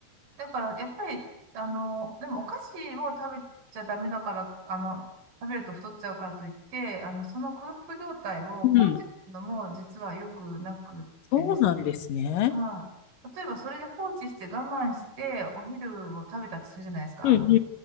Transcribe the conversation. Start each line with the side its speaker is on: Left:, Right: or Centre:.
Right: だから、やっぱり、あの、でもお菓子を食べちゃダメだから、あの、食べると太っちゃうからといって、あの、その空腹状態を放置するのも実は良くなくってですね。
Left: うんそうなんですね。
Right: はい。例えば、それで放置して我慢して、お昼を食べたとするじゃないですか、
Left: うんうん
Right: あの、